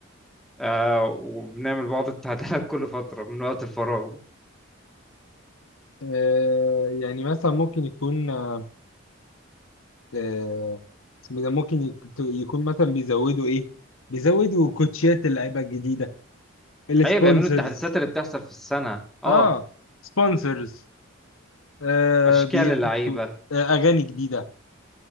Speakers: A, in the centre; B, on the left.
A: آه وبنعمل بعض التعديلات <laughs> كل فتره من وقت الفراغ
B: آه، يعني مثلا ممكن يكون آه، آه، اسمه ده ممكن يك- يكون مثلا بيزودوا ايه بيزودوا كوتشيات اللعيبه الجديده السبونسرز
A: ايوه بيعملوا التحديثات اللي بتحصل في السنه اه
B: اه سبونسرز آه
A: اشكال
B: بيحطوا
A: اللعيبه
B: آه اغاني جديده